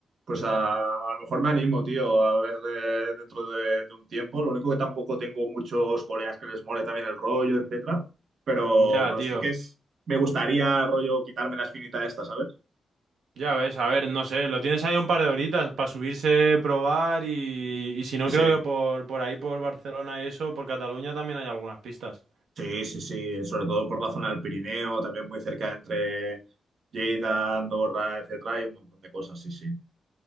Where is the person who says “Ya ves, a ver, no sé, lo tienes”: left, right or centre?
Right